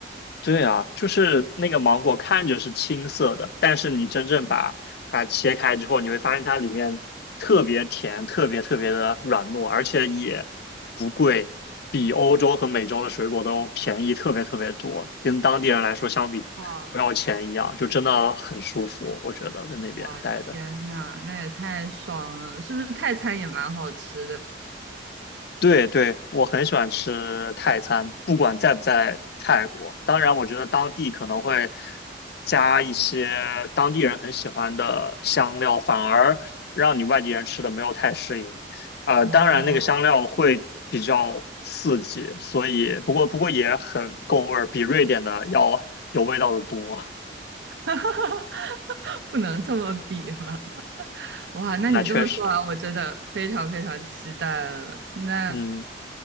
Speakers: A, on the left; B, on the right.
A: 对啊，就是那个芒果看着是青色的，但是你真正把它切开之后，你会发现它里面特别甜，特别特别的软糯，而且也不贵，比欧洲和美洲的水果都便宜特别特别多，跟当地人来说相比不要钱一样，
B: 啊，
A: 就真的很舒服，我觉得在那边待的。
B: 哇，天呐，那也太爽了！是不是泰餐也蛮好吃的？
A: 对对，我很喜欢吃泰餐，不管在不在泰国。当然，我觉得当地可能会加一些当地人很喜欢的香料，反而让你外地人吃的没有太适应。呃，
B: 哦，
A: 当然那个香料会比较刺激，
B: 我懂了
A: 所以不过不过也很够味儿，比瑞典的要有味道的多。
B: <laughs> 不能这么比嘛。哇，那你这么说完，
A: 那确实，
B: 我真的非常非常期待了。那，
A: 嗯